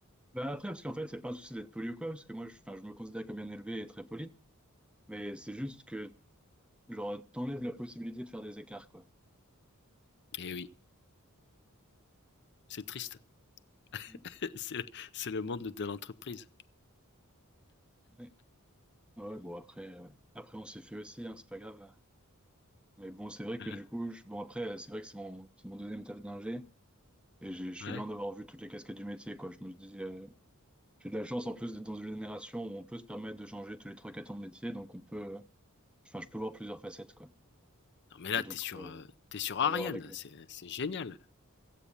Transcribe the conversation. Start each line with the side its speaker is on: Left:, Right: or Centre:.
Centre: Ben après, parce qu'en fait, c'est pas un souci d'être poli ou quoi, parce que moi, je, enfin, je me considère comme bien élevé et très poli, mais c'est juste que, genre, t'enlèves la possibilité de faire des écarts, quoi.
Left: Eh oui. C'est triste.
Centre: Mm.
Left: <laughs> C'est c'est le monde de l'entreprise.
Centre: Ouais, Ouais, bon, après, euh, après on s'est fait aussi, hein, c'est pas grave. Mais bon, c'est vrai que
Left: Heu,
Centre: du coup, je- bon, après, euh, c'est vrai que c'est mon, c'est mon deuxième taf d'ingé, et j'ai- je suis
Left: ouais.
Centre: loin d'avoir vu toutes les casquettes du métier, quoi. Je me dis, euh, j'ai de la chance en plus d'être dans une génération où on peut se permettre de changer tous les trois quatre ans de métier, donc on peut, euh, enfin, je peux voir plusieurs facettes, quoi.
Left: Non mais
Centre: Mais
Left: là,
Centre: donc,
Left: t'es sur,
Centre: euh,
Left: heu,
Centre: on
Left: tu sur
Centre: peut
Left: Ariane,
Centre: voir avec l'autre.
Left: c'est c'est génial.